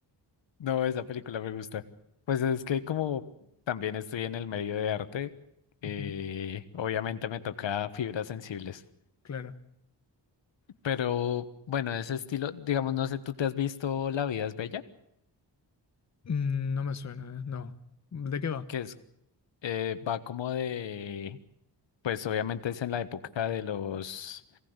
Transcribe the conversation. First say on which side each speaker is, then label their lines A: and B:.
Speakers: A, on the left; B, on the left.
A: No, esa película me gusta. Pues es que como también estoy en el medio de arte, eh,
B: Ujú,
A: obviamente me toca fibras sensibles.
B: Claro.
A: Pero bueno, ese estilo, digamos, no sé, ¿tú te has visto La vida es bella?
B: Mm, no me suena, eh, No. ¿De qué va?
A: Que es, eh, va como de, pues obviamente es en la época de los,